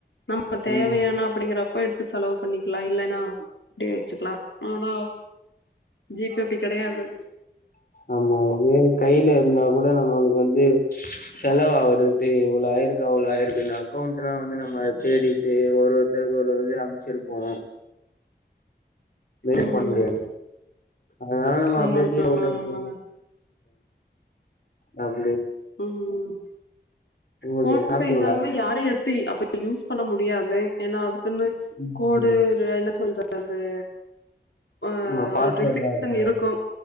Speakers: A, on the left (about 85°); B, on the left (about 55°).
A: நம்ம தேவையானா
B: ம்
A: அப்படிங்கிறப்ப எடுத்து செலவு பண்ணிக்கலா இல்லனா அப்டியே வச்சுக்கலா ஆனா ஜீபே அப்டி கெடையாது
B: ஆமா இதுவே கையில இருந்தா கூட நம்மளுக்கு வந்து செலவாவுறது தெரியு இவ்ளோ ஆய்ருக் கு அவ்ளோ ஆய்ருக்குன்னு அக்கோண்ட்டுனா வந்து நம்ம தேடிட்டு ஒரொருத்தருக்கு ஒரொரு இது அம்ச்சிருப்போ வேறெதுவு
A: ம்
B: பண்ண முடியாது அதுனால நம்ம
A: ஆமாங்க
B: அப்டியே டீல்ல
A: ஆமா
B: வுட்ரு <inaudible>
A: ஆமாங்க
B: அ ஆம்
A: ம் ம்
B: ஓகே
A: ஃபோன்ப்பே
B: சாப்ட்டீங்களா
A: இருந்தாலுமே யாரயு எடுத்து அப்ப யூஸ் பண்ண முடியாது ஏன்னா அதுக்குன்னு
B: ம்
A: கோடு
B: ம்.
A: இல்ல என்ன சொல்றது ஆ
B: ஆமா பாஸ்வேர்ட்லா
A: ஒரு ட்ரிசிப்தன்
B: இருக்குல்ல
A: இருக்கு